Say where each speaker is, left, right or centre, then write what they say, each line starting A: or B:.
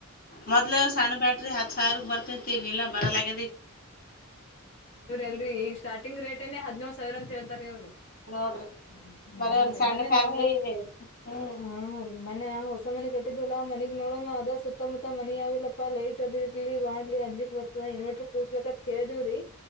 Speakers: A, on the left; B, on the left.
A: ಮೊದ್ಲು ಸಣ್ಣ ಬ್ಯಾಟ್ರಿ ಹತ್ತು ಸಾವಿರ ಬರ್ತಿತ್ತ. ಈಗ ಇಲ್ಲ್ ಬರಲಗ್ಯದ.
B: ಅಲ್ರಿ ಈಗ ಸಾರ್ಟಿಂಗ್ ರೇಟನೆ ಹದಿನೇಳು ಸಾವಿರ ಅಂತ ಹೇತಾರಿ ಅವರು.
A: ನೋಡ್ರಿ
B: ಹ್ಮ್
A: ಬರೆ
B: ಹ್ಮ್
A: ಒಂದ್
B: ರೀ
A: ಸಣ್ಣ
B: ಮೊನ್ನೆ
A: ಫ್ಯಾಮ್ಲಿ
B: ನಾವು,
A: ಹ್ಮ್
B: ಹ ರೀ ಮೊನ್ನೆ ನಾವು, ಹೊ ಹೊಸ ಮನೆ ಕಟ್ಟಿದ್ಲ್ಲಾ ಮನೆಗ್ ನೋಡೋ ಅದ ಸುತ್ತ ಮುತ್ತ ಮುತ್ತ ಮನಿ ಅವಾವಿಲ್ಲಪ್ಪಾ ಲೈಟ್ ಅದ ಇಲಿ ಬಾಣ್ಲಿ ಅಂಜಿಕಿ ಬರ್ತದ ಇನ್ನವೆಟ್ರಿ ಕುಡ್ಸಬೇಕಂತ ಕೇಳಿದ್ವಿ ರೀ.